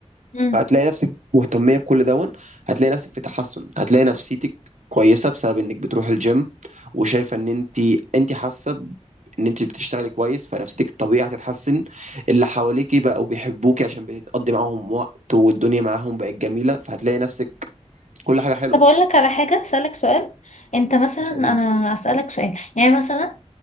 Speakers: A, on the left; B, on the right.
A: مم.
B: فهتلاقي نفسك مهتمية بكل دون هتلاقي نفسك في تحسن هتلاقي نفسيتك كويسة بسبب انك بتروح الجيم وشايفة ان انت انت حاسة ب- ان انت بتشتغلي كويس فنفسيتك الطبيعي هتتحسن اللي حواليكي بقوا بيحبوكي عشان بتقضي معاهم وقت والدنيا معاهم بقت جميلة فهتلاقي نفسك كل حاجة حلوة
A: طب اقول لك على حاجه اسالك سؤال انت مثلا
B: تسأليني
A: انا اسالك سؤال يعني مثلا